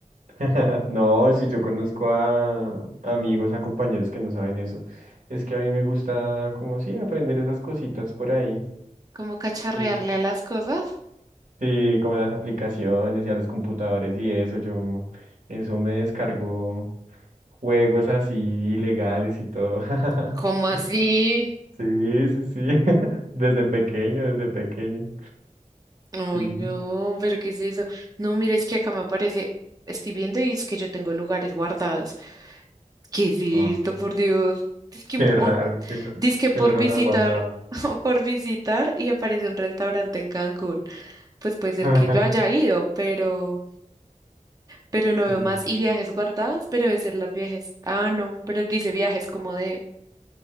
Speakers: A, on the right; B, on the right.
A: <laughs> No, si yo conozco a amigos, a compañeros que no saben eso. Es que a mí me gusta, como sí, aprender esas cositas por ahí.
B: ¿Cómo cacharrearle
A: sí
B: a las cosas?
A: Sí, como las aplicaciones y a los computadores y eso, yo, m- eso me descargó juegos así ilegales y todo. <laughs>
B: ¿Cómo así?
A: Sí, sí, sí, <laughs> desde pequeño, desde pequeño.
B: Ay,
A: Sí.
B: no, pero ¿qué es eso? No, mira, es que acá me aparece, estoy viendo y es que yo tengo lugares guardados. ¿Qué es esto,
A: Ah,
B: por Dios?
A: <laughs>
B: Es que,
A: qué
B: un po-
A: raro,
B: oh,
A: ¿quién, lo-
B: dizque
A: quién
B: por
A: los habrá
B: visitar,
A: guardado?
B: <laughs> por visitar y aparece un restaurante en Cancún. Pues puede ser
A: <laughs>
B: que yo haya ido, pero, pero no veo
A: Mm.
B: más. Y viajes guardados, pero debe ser las viajes. Ah, no, pero dice viajes como de,